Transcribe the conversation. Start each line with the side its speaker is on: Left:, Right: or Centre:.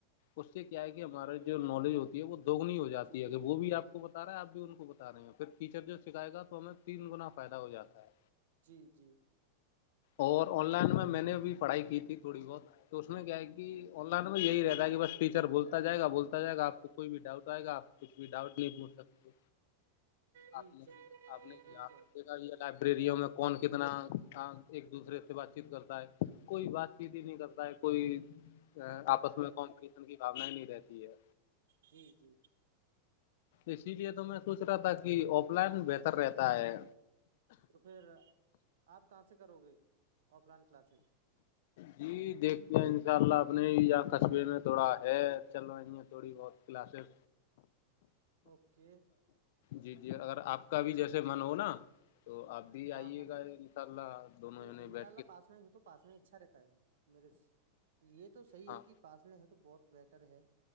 Left: اس سے کیا ہے کہ ہمارے جو نالج ہوتی ہے وہ دوگنی ہو جاتی
Right: جی
Left: ہے
Right: جی
Left: ا وہ بھی آپ کو بتا رہا ہے آپ بھی ان کو بتا رہے ہیں پھر ٹیچر جو سکھائے گا تو ہمیں تین گنا فائدہ ہو جاتا ہے
Right: جی جی
Left: اور آن لائن میں میں نے ابھی پڑھائی کی تھی تھوڑی بہت تو اس میں کیا ہے
Right: جی
Left: کہ آن میں یہی رہتا ہے کہ بس ٹیچر بولتا جائے گ بولتا جائے گا آ کوئی بھی ڈاؤٹ آئے گا آ کچھ بھی ڈاؤٹ نہیں پوچھ سکتے
Right: جی
Left: آپ نے
Right: جی جی
Left: آپ نے کیا
Right: بالکل
Left: دیکھا یہ لائبریریوں میں کون کتنا ایک دوسرے سے بات چیت کرتا ہے کوئی بات چیت ہی نہیں کرتا ہے کوئی
Right: وہ تو
Left: آپس
Right: ہے
Left: میں
Right: کہ
Left: کون کسم کی بھونا ہی نہیں رہتی ہے
Right: جی جی
Left: اسی لیے تو میں سوچ رہا تھا کہ آف لائن بہتر رہتا ہے
Right: تو پھر آپ کہاں سے کرو گے آف لائن کلاسز
Left: جی دیکھتے ہیں ان شاء اللہ اپنے یا قصبے میں تھوڑا ہے چل رہا تھوڑی بہت کلاسز
Right: اوکے
Left: جی جی اگر آپ کا بھی جیسے من ہو نا تو آپ بھی آئیے
Right: ہاں ہاں
Left: گا
Right: جی
Left: ان شاء اللہ دونوں
Right: انشاء
Left: جنے بیٹھے
Right: اللہ پاس میں ہو تو پاس میں اچھا رہتا ہے میرے سے یہ تو صحیح
Left: ہاں
Right: ہے کہ پاس میں تو بہت بہٹر ہے